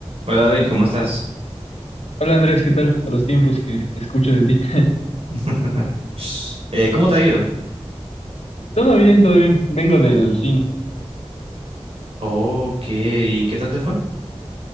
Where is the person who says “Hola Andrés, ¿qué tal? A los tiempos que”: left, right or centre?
Left